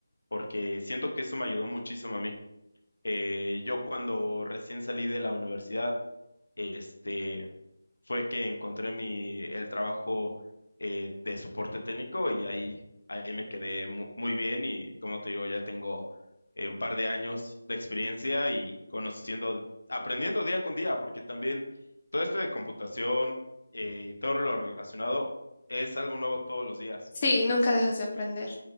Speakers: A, on the left; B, on the left.
A: porque siento que eso me ayudó muchísimo a mí. Eh, yo cuando recién salí de la universidad, este, fue que encontré mi, el trabajo eh, de soporte técnico y ahí, ahí me quedé mu- muy bien y como te digo, ya tengo eh, un par de años de experiencia y conociendo, aprendiendo día con día, porque también todo esto de computación eh, y todo lo relacionado es algo nuevo todos los días.
B: Sí, nunca dejas de aprender.